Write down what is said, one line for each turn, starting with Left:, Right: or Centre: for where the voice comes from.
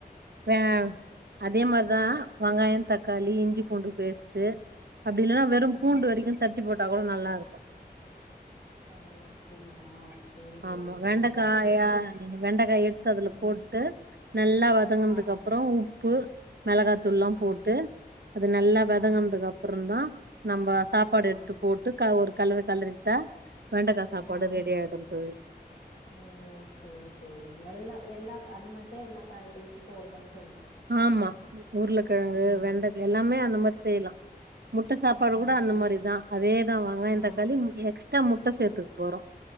Right: வே
Left: ஆ
Right: அதே மாரிதா வங்காயந் தக்காளி இஞ்சி
Left: ஆ
Right: பூண்டு பேஸ்ட்டு அப்டில்லனா வெறு பூண்டு
Left: ஆ
Right: வரைக்கு தட்டி போட்டா கூட நல்லாருக்
Left: ஓ ஓ அப்டிங்களா சேரி
Right: ஆமா
Left: தோழி
Right: வெண்டக்காயா
Left: அதா கேக்குறே
Right: வெண்டக்கா எத்து அதுல
Left: ம்
Right: போட்டு நல்லா வதங்குனதுக்கப்
Left: ஆ
Right: அப்புறோ உப்பு மெளகாத்தூள்லா
Left: ஆ
Right: போட்டு அது நல்லா வதங்குனதுக்கப்பறந்தா
Left: ஆ
Right: நம்ப சாப்பாடு
Left: ஆ
Right: எடுத்து போட்டு கா ஒரு கலறு கலறிட்டா வெண்டக்கா சாப்பாடு
Left: ஆ
Right: ரெடியாயிடுந்தோழி
Left: ஓ சேரி தோழி எல்லா எல்லா அந்த மாரித்தா எல்லா காய்களுக்கு போட்லானு
Right: ஆமா உருளக்கெழங்கு
Left: ம்
Right: வெண்டக் எல்லாமே அந்தமார் செய்லா முட்ட சாப்பாடு
Left: ஓ
Right: கூட அந்த மாரிதா அதேதா வங்காயந்
Left: ஆ
Right: தக்காளி எக்ஸ்ட்டா முட்ட சேத்துக்க போறோ